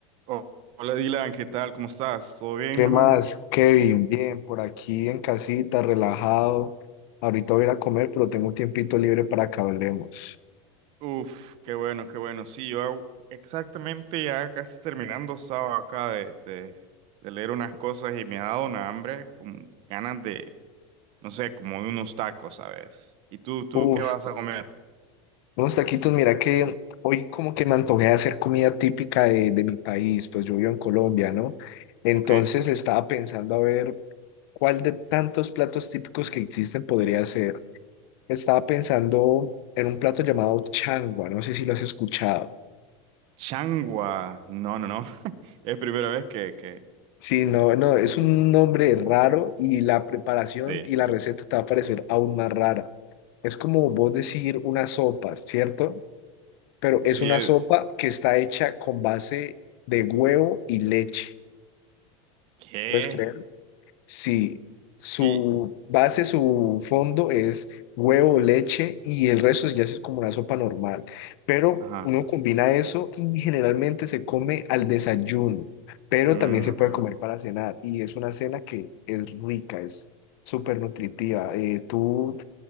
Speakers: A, on the right (about 35°); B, on the left (about 50°).
A: Oh, hola Dylan, ¿qué tal? ¿Cómo estás? ¿Todo bien,
B: ¿Qué
A: mi hermano?
B: más, Kevin? Bien, por aquí en casita, relajado. Ahorita voy a ir a comer, pero tengo un tiempito libre para que hablemos.
A: Uf, qué bueno, qué bueno. Sí, yo exactamente ya casi terminando, estaba acá de, de, de leer unas cosas y me ha dado una hambre, como ganas de, no sé, como de unos tacos, ¿sabes? ¿Y tú, tú,
B: Uf,
A: qué vas a comer?
B: unos taquitos, mira que hoy como que me antojé de hacer comida típica de, de mi país, pues yo vivo en Colombia, ¿no? Entonces
A: ¿Ok?
B: estaba pensando a ver cuál de tantos platos típicos que existen podría ser. Estaba pensando en un plato llamado changua, no sé si lo has escuchado.
A: Changua. No, no, no. <laughs> Es primera vez que, que,
B: Sí, no, no, es un nombre raro y la preparación
A: sí.
B: y la receta te va a parecer aún más rara. Es como vos decir una sopa, ¿cierto? Pero
A: Sí,
B: es una
A: es,
B: sopa que está hecha con base de huevo y leche.
A: ¿qué?
B: ¿Puedes creer? Sí, su
A: Y,
B: base, su fondo es huevo, leche y el resto ya es como una sopa normal. Pero
A: ajá.
B: uno combina eso y generalmente se come al desayuno, pero
A: Mm,
B: también se
A: ok.
B: puede comer para cenar y es una cena que es rica, es súper nutritiva. Eh, ¿tú